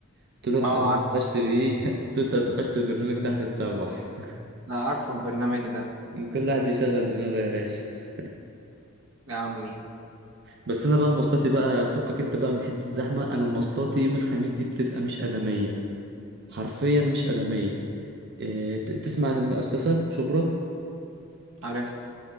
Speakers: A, on the right; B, on the right.
A: قلت له
B: اه
A: انت اللي
B: عارفه
A: اتقفشت بيه <laughs> قلت له انت اللي اتقفشت البرنامج ده هتتسوح
B: انا عارفه البرنامج ده
A: <laughs> كل واحد بيشغل دماغه يا باشا <laughs>
B: يا عمي
A: بس انا بقى مواصلاتي بقى فكك انت بقى من حته الزحمه انا مواصلاتي يوم الخميس دي بتبقى مش ادميه حرفيا مش ادميه إيه، ت- تسمع عن المؤسسه شبرا
B: عارفها